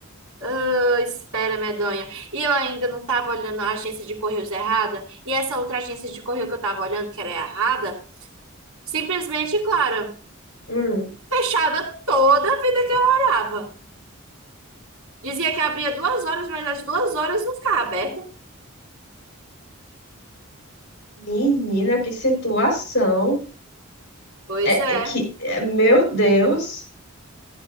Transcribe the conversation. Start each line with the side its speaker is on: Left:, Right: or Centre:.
Right: Ô, espera, medonha. E eu ainda não tava olhando a agência de correios errada, e essa outra agência de correio que eu tava olhando, que era errada, simplesmente, Clara,
Left: Hum.
Right: fechada toda a vida que eu orava. Dizia que abria duas horas, mas às duas horas não ficava aberta.
Left: Menina, que situação.
Right: Pois
Left: É,
Right: é.
Left: é que, é, meu Deus.